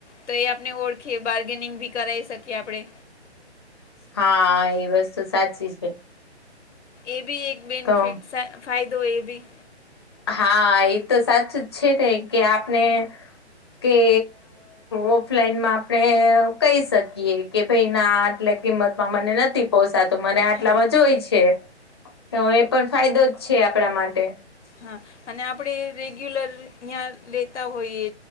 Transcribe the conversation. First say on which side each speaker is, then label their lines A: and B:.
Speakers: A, on the left; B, on the left.
A: તો એ આપણે ઓળખી બાર્ગેનિંગ પણ કરાવી શકીએ આપણે.
B: હા એ વસ્તુ સાચી છે.
A: એ પણ એક બેનિફિટ
B: તો
A: ફાયદો એ બી
B: હા એ તો સાચું છે ને કે આપને કે ઓફલાઈનમાં આપણે કહી શકીએ. કે ભાઈ ના આટલી કિંમતમાં મને નથી તો મને આટલામાં
A: હા
B: જોયે છે, તો એ પણ ફાયદો જ છે આપણા માટે
A: હા અને આપણે રેગ્યુલર જયાં લેતા હોઈએ.